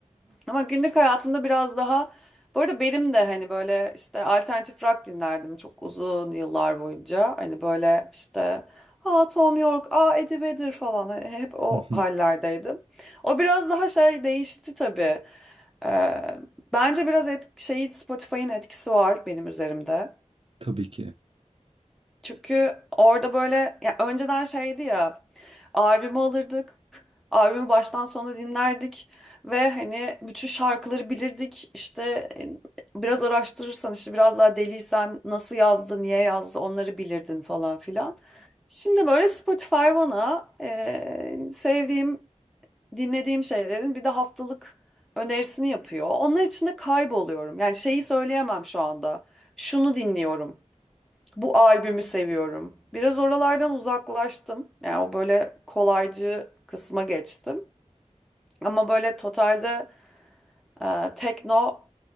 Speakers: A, in the centre; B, on the right.
A: Ama günlük hayatımda biraz daha bu arada benim de hani böyle işte alternatif rock dinlerdim çok uzun yıllar boyunca. Hani böyle işte aa Tom York, aa Eddie Vedder falan Hani hep o
B: <laughs>
A: hallerdeydim. O biraz daha şey değişti tabii. Ee, bence biraz et, şeyi Spotify'ın etkisi var benim üzerimde.
B: Tabii ki.
A: Çünkü orada böyle ya önceden şeydi ya albümü alırdık. Albümü baştan sona dinlerdik ve hani bütün şarkıları bilirdik. İşte e, biraz araştırırsan işte biraz daha deliysen nasıl yazdı, niye yazdı onları bilirdin falan filan. Şimdi böyle Spotify bana e, sevdiğim, dinlediğim şeylerin bir de haftalık önerisini yapıyor. Onlar içinde kayboluyorum. Yani şeyi söyleyemem şu anda. Şunu dinliyorum. Bu albümü seviyorum. Biraz oralardan uzaklaştım. Yani o böyle kolaycı kısma geçtim. Ama böyle totalde e, tekno